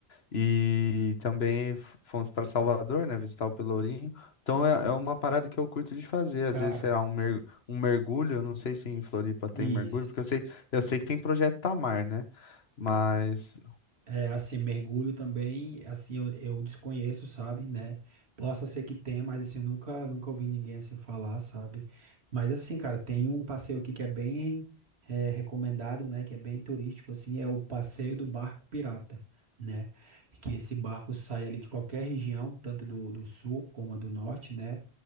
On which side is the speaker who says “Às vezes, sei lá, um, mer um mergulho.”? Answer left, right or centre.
Left